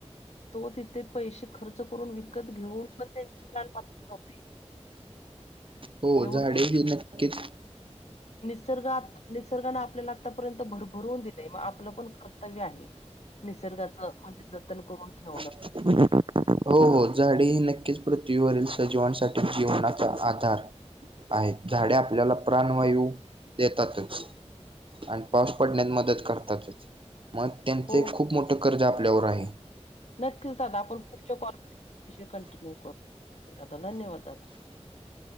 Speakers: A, on the left; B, on the right.
A: तो तिथे पैसे खर्च करून, विकत घेऊन पण त्यांचे प्राण वाचत नव्हते.
B: हो,
A: एवढं
B: झाडे
A: म्हणजे
B: ही नक्कीच
A: निसर्गात, निसर्गाने आपल्याला आतापर्यंत भरभरवून दिलंय, मग आपलं पण कर्तव्य आहे. निसर्गाच म्हणजे जतन करून ठेवण.
B: उफ फ फ फ् हो हो, झाडे ही नक्कीचं पृथ्वीवरील सजीवांसाठी जीवनाचा आधार आहेत, झाडे आपल्याला प्राणवायू देतातच. आणि पाऊस पडण्यात मदत करतातचं, मग त्यांच
A: हो
B: एक
A: हो
B: खूप मोठं कर्ज आपल्यावर आहे.
A: नक्कीच दादा आपण पुढच्या कॉलवर विषय कंटिन्यू करू दादा, धन्यवाद दादा.